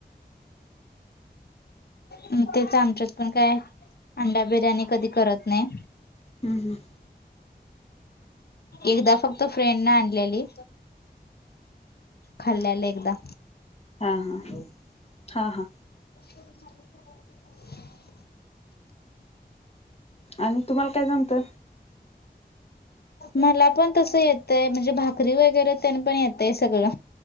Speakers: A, on the left; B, on the left.
A: म तेच आमच्यात पण काय अंडा बिर्याणी कधी करत नाही
B: हम् हम्
A: एकदा फक्त फ्रेंड न आणलेली खाल्ल्याला एकदा
B: हा हा हा हा
A: <inaudible>
B: आणि तुम्हाला काय जमतय
A: मला पण तस येतय म्हणजे भाकरी वगैरे त्यांनी पण येतय सगळं